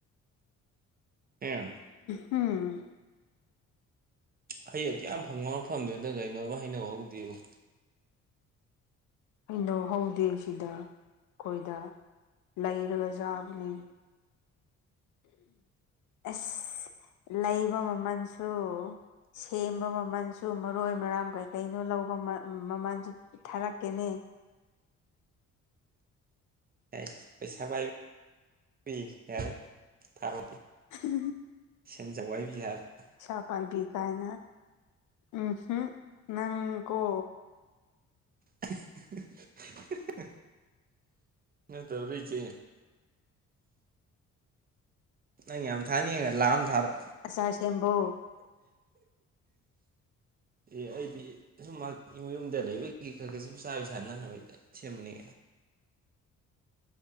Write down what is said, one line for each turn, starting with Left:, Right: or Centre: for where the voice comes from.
Right: ꯑꯦꯝ
Left: ꯎꯝ
Right: ꯍꯩ ꯑꯗꯨꯛ ꯌꯥꯝ ꯐꯪꯕ ꯃꯐꯝꯗꯨꯗ ꯀꯩꯅꯣꯕ ꯍꯩꯅꯧꯍꯧꯗꯦꯕꯨ
Left: ꯍꯩꯅꯧ ꯍꯧꯗꯦꯁꯤꯗ ꯑꯈꯣꯏꯗ ꯂꯩꯔꯒ ꯆꯥꯕꯅꯦ ꯑꯁ ꯂꯩꯕ ꯃꯃꯟꯁꯨ ꯁꯦꯝꯕ ꯃꯃꯟꯁꯨ ꯃꯔꯣꯏ ꯃꯔꯥꯡ ꯀꯩꯀꯩꯅꯣ ꯂꯧꯕ ꯃ ꯃꯥꯃꯜꯁꯨ ꯊꯥꯔꯛꯀꯦꯅꯦ
Right: ꯑꯦ ꯄꯩꯁꯥ ꯄꯥꯏꯕꯤ ꯌꯥꯔꯦ ꯊꯥꯔꯣ
Left: <unintelligible>
Right: ꯁꯦꯟꯖꯧꯋꯥꯥꯏ <unintelligible>
Left: ꯄꯩꯁꯥ ꯄꯥꯏꯕꯤ ꯀꯥꯏꯅ ꯎꯝꯍꯝ ꯅꯪꯀꯣ
Right: <unintelligible> ꯅꯠꯇꯕꯔꯣ ꯏꯆꯦ ꯅꯪ ꯌꯥꯝ ꯊꯥꯅꯤꯡꯉꯒ ꯂꯥꯛ ꯑꯃ ꯊꯥꯔꯣ
Left: ꯑꯆꯥꯔ ꯁꯦꯝꯕꯣ
Right: ꯑꯦ ꯑꯩꯗꯤ ꯁꯨꯝ ꯃꯥꯒꯤ ꯌꯨꯝꯗ ꯂꯩꯕꯒꯤ ꯈꯔ ꯈꯔ ꯁꯨꯝ ꯆꯥꯕꯤ ꯁꯥꯟꯅꯅꯕ ꯁꯦꯝꯕꯅꯤ